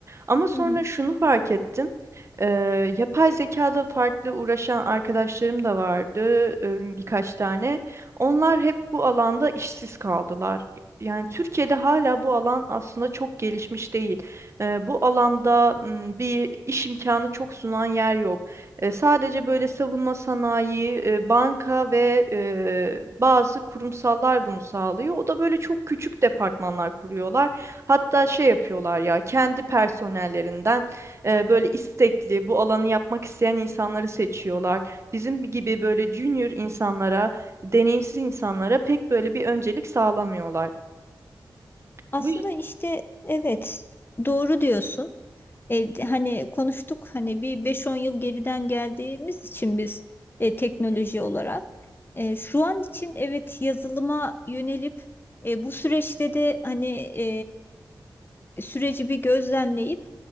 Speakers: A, on the right; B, on the left.
A: Ama sonra
B: Hı hı.
A: şunu fark ettim. Eee yapay zekada farklı uğraşan arkadaşlarım da vardı, eee, birkaç tane. Onlar hep bu alanda işsiz kaldılar. Yani Türkiye'de hala bu alan aslında çok gelişmiş değil. Eee, bu alanda m, bir iş imkanı çok sunan yer yok. E, sadece böyle savunma sanayi, e, banka ve e, bazı kurumsallar bunu sağlıyor. O da böyle çok küçük departmanlar kuruyorlar. Hatta şey yapıyorlar ya kendi personellerinden e, böyle istekli bu alanı yapmak isteyen insanları seçiyorlar. Bizim gibi böyle junior insanlara, deneyimsiz insanlara pek böyle bir öncelik sağlamıyorlar.
B: Aslında
A: Bu yüzden
B: işte evet doğru diyorsun. E, hani konuştuk hani bir beş on yıl geriden geldiğimiz için biz e, teknoloji olarak E, şu an için evet yazılıma yönelip e, bu süreçte de hani e, e, süreci bir gözlemleyip